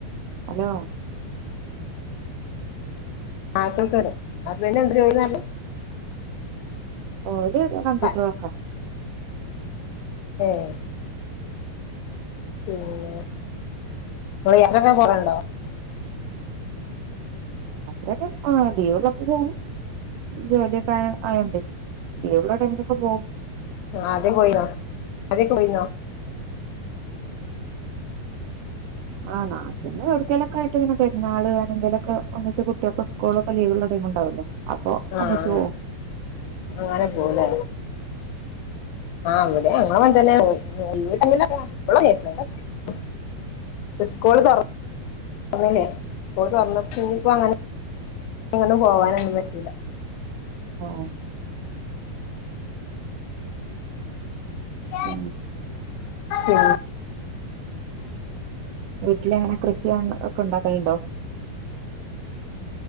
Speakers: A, on the right; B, on the left.
A: ഹലോ
B: ആക്രിക്കട ഹസ്ബന്റ് എന്ത് ജോലിന്നർനെ
A: ഓല്
B: പറഞ്ഞെ
A: കമ്പ്യൂട്ടർ വർക്കാ
B: ഏഹ്. പിന്നെ ങള് യാത്രൊക്കെ പോകല്ണ്ടോ?
A: രാത്രിയൊക്കെ ആഹ് ലീവ്ള്ളപ്പോ പോവു ജോലിയൊക്കെ ആയ് ആയോണ്ടെ. എവ്ടെ ടൈംസക്ക പോവും.
B: ആ ആദ്യം പോയിന്നോ അതേ പോയിന്നോ
A: ആഹ നാട്ടന്ന് എടുക്കലൊക്കെ ആട്ട് ഇങ്ങെ നെ പെര്ന്നാള്ങ്ങെന്തങ്കലൊക്കെ വച്ച് കുട്ടികൊക്കെ സ്കൂളൊക്കെ ലീവുള്ള ടൈം ഉണ്ടാവില്ലേ അപ്പൊ
B: ആഹ്
A: ഒന്നിച്ച്പോവും.
B: അങ്ങനെ പോലേ ആഹ് വിടി ഞങ്ങളങ്ങൻ തന്നെ. <unintelligible> ഇവടങ്ങനെ പ്പളും <unintelligible> സ്കൂൾ തൊർ തന്നല്ലേ സ്കൂൾ തുന്നപ്പോ ഇയിപ്പോ അങ്ങന
A: ആ
B: പന്നെ പോകാനൊന്നും പറ്റുല.
A: ആഹ്.
B: സരി
A: ഉ
B: ഉം.
A: വീട്ടിലെങ്ങനെ കൃഷിയ ഒക്കണ്ടാക്കലുണ്ടോ?